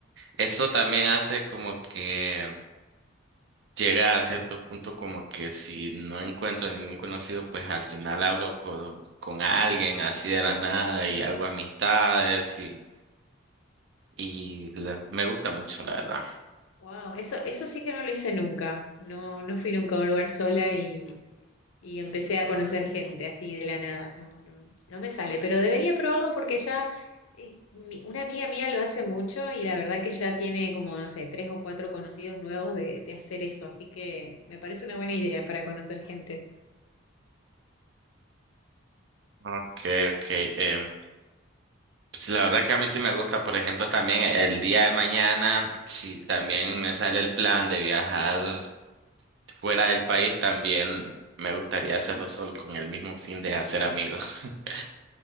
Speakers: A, on the right; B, on the left.
A: eso también hace como que llega a cierto punto como que si no encuentro ningún conocido, pues al final hablo con, con alguien así de la nada y hago amistades y, y la- me gusta mucho la verdad.
B: Wow, eso, eso sí que no lo hice nunca. No, no fui nunca a un lugar sola y empecé a conocer gente así de la nada. No, no, no me sale, pero debería probarlo porque ya eh, mi- una amiga mía lo hace mucho y la verdad que ya tiene como, no sé, tres o cuatro conocidos nuevos de, de hacer eso, así que me parece una buena idea para conocer gente.
A: Ok, ok. em, pues, la verdad que a mí sí me gusta, por ejemplo, también el día de mañana, si también me sale el plan de viajar fuera del país, también me gustaría hacerlo solo con el mismo fin de hacer amigos. <laughs>